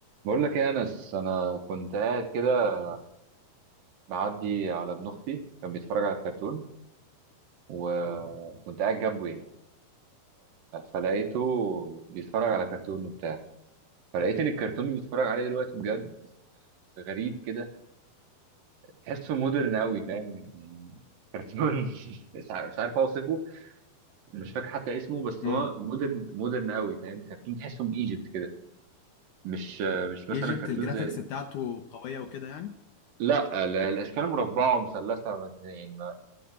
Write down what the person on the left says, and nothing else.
امم
ايجيبت
الجرافيكس
بتاعته قوية وكده يعني